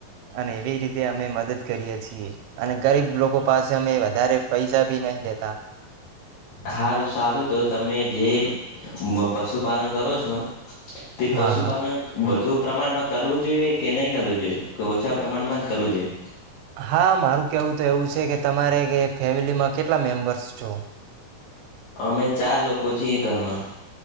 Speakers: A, on the right; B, on the left.
A: અને એવી રીતે અમે મદદ કરીએ છીએ અને ગરીબ લોકો પાસે અમે વધારે પૈસા ભી નહી લેતા
B: હાર સારું તો તમે જે પશુ પાલન કરો છો તે પશુપાલન
A: હા હ
B: વધુ પ્રમાણમાં કરવું જોઈએ કે નહીં કરવું જોઈએ કે ઓછા પ્રમાણમાં જ કરવું જોઈએ
A: હા મારું કેવું તો એવું છે કે તમારે કે ફેમિલીમાં કેટલા મેમ્બર્સ છો
B: અમે ચાર લોકો છીએ ઘરમાં